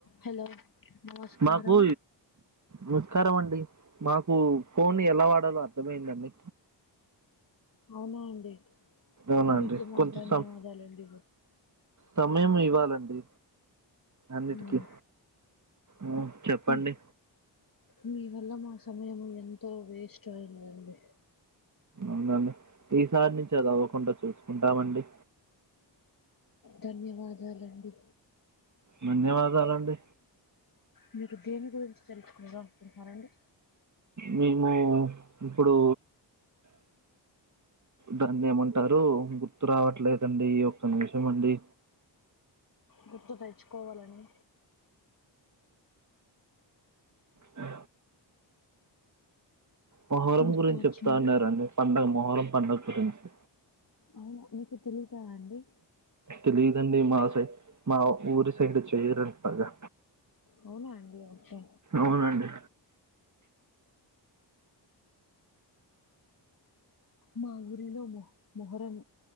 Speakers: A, on the left; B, on the right.
A: Hello నమస్కారం
B: మాకు నమస్కారం అండి మాకు ఫోన్ ఎలా వాడాలో అర్థమయిందండి
A: అవునా అండి
B: అవునండి
A: మీకు మా
B: కొంచెం
A: ధన్యవాదాలండి
B: సం సమయం ఇవ్వాలండి అన్నిటికీ
A: మ్మ్.
B: ఆ చెప్పండి
A: మ్మ్. మీ వల్ల మా సమయం ఎంతో వేస్ట్ అయిందిండి
B: అవునండి ఈసారి నుంచి అది అవ్వకుండా చూసుకుంటామండి
A: ధన్యవాదాలండి
B: మన్యవాదాలండి
A: మీకు దేని గురించి తెలుసుకున్నారా అనుకుంటున్నానండి
B: మేము ఇప్పుడు దాన్ని ఏమంటారు గుర్తు రావట్లేదండి అయ్యో ఒక నిమిషం అండి
A: గుర్తు తెచ్చుకోవాలని
B: ఆ మొహరం
A: గుర్తు
B: గురించి
A: వచ్చినవా
B: చెప్తా ఉన్నారండి పండుగ మొహరం పడుగ గురించి
A: అవును మీకు తెలియదా అండి
B: తెలియదండి మా సై మా ఊరి సైడ్ చేయర పగా
A: అవునా అండి ఓకే
B: అవునండి
A: మా ఊరిలో మొహ్ మొహరం